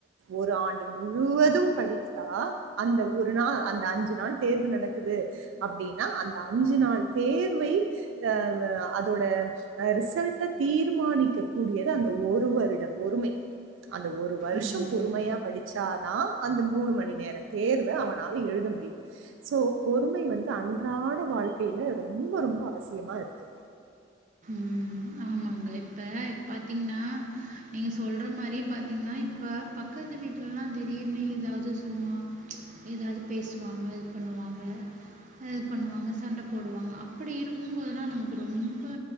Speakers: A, on the right; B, on the right.
A: ஒரு ஆண்டு முழுவதும் படித்தா அந்த ஒரு நாள் அந்த அஞ்சு நாள் தேர்வு நடக்குது அப்டின்னா அந்த அஞ்சு நாள் தேர்வை அவ அதோட ரிசல்ட்ட தீர்மானிக்க கூடியது அந்த ஒரு வருட பொறுமை அந்த ஒரு வருஷ
B: ம்.
A: பொறுமையா படி சாதா அந்த மூணு மணி நேர தேர்வ அவனால எழுத முடியு சோ பொறுமை வந்து அன்றாட வாழ்க்கையில ரொம்ப ரொம்ப அவசியமா இருக்கு
B: ம் ஆமாங்க இப்போ பாத்தீங்கன்னா நீங்க சொல்ற மாரி பாத்தீங்கன்னா இப்போ பக்கத்து வீட்டலலா திடீர்னு எதாவது சும்மா ம் ச் ஏதாது பேசுவாங்க இது பண்ணுவாங்க இது பண்ணுவாங்க சண்ட போடுவாங்க அப்டி இருக்கும்போதெல்லா நமக்கு ரொம்ப ப்பு